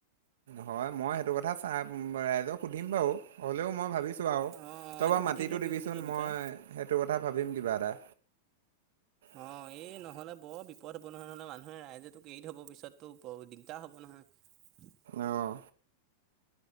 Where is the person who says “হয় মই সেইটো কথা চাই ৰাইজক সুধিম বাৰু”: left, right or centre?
Right